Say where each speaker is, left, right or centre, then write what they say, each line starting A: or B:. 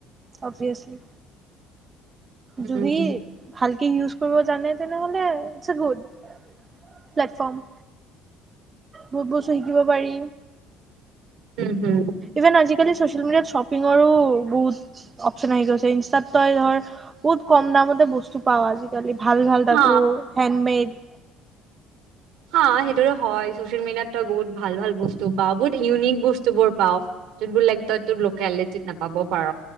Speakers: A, on the right (about 35°); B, on the right (about 80°).
A: অভিয়চলি।
B: উম।
A: জুবি ভাল, কি ইউজ কৰিব জানে তেনেহলে এ', গুড প্লেটফৰ্ম। বহুত বস্ত, শিকিব পাৰি।
B: উম', হুম',
A: ইভেন আজিকালি চচিয়েল মিডিয়াত শ্বিপিংৰো বহুত অপচন আহি গৈছে। ইনষ্টাত তই ধৰ বহুত কম দামতে বস্তু পাওঁ আজিকালি। ভাল-ভাল তাকো
B: হা।
A: হেণ্ডমেড,
B: হ', সেইটোতো হয় চচিয়েল মডিয়াত তই বহুত ভাল-ভাল বস্তু পাওঁ বহুত ইউনিক বস্তুবোৰ পাও, যিবোৰ লাইক তই তোৰ লুকেলিটিত নাপাব পাৰ,